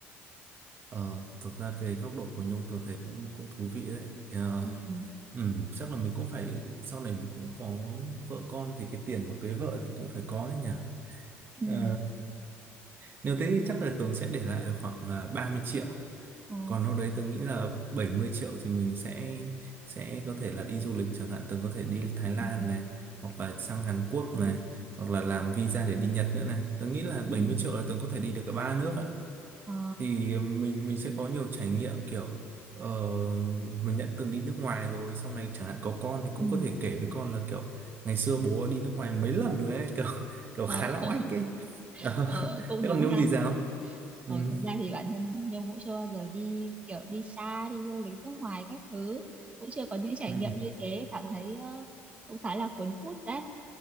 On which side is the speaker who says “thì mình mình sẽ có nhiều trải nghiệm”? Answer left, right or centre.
Right